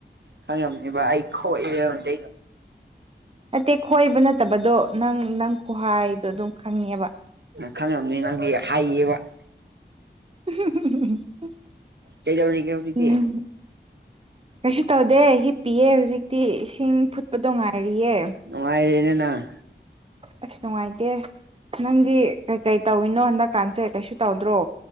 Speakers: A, on the right (about 70°); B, on the right (about 30°).
A: ꯈꯪꯉꯝꯅꯦꯕꯥ ꯑꯩ <unintelligible>
B: ꯅꯠꯇꯦ ꯈꯣꯏꯕ ꯅꯠꯇꯕꯗꯣ ꯅꯪ ꯅꯪ ꯈꯣꯍꯥꯏꯗꯣ ꯑꯗꯨꯝ ꯈꯪꯉꯦꯕ
A: ꯈꯪꯉꯕꯅꯤ ꯅꯪꯗꯤ ꯍꯥꯏꯌꯦꯕ
B: <unintelligible>
A: ꯀꯩꯗꯧꯔꯤꯒꯦ ꯍꯧꯖꯤꯛꯇꯤ
B: ꯎꯝ ꯀꯩꯁꯨ ꯇꯧꯗꯦ ꯍꯤꯞꯄꯤꯌꯦ ꯍꯧꯖꯤꯛꯇꯤ ꯏꯁꯤꯡ ꯐꯨꯠꯄꯗꯣ ꯉꯥꯏꯔꯤꯌꯦ
A: ꯅꯨꯡꯉꯥꯏꯔꯦꯅꯦꯅꯪ
B: ꯑꯁ ꯅꯨꯡꯉꯥꯏꯇꯦ ꯅꯪꯗꯤ ꯀꯩ ꯀꯩ ꯇꯧꯔꯤꯅꯣ ꯍꯟꯗꯛꯀꯥꯟꯁꯦ ꯀꯩꯁꯨ ꯇꯧꯗ꯭ꯔꯣ